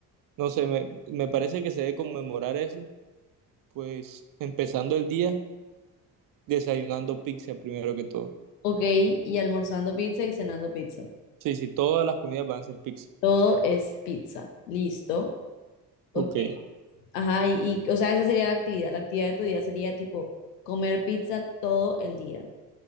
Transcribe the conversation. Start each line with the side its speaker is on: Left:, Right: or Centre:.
Right: No sé, me, me parece que se debe conmemorar eso, pues empezando el día desayunando pizza primero que todo.
Left: ok, y almorzando pizza y cenando pizza.
Right: Sí, sí, todas las comidas van a ser pizza.
Left: Todo es pizza. Listo. Ok,
Right: Ok.
Left: Ajá, y, y, o sea, esa sería la actividad. La actividad de tu día sería tipo comer pizza todo el día.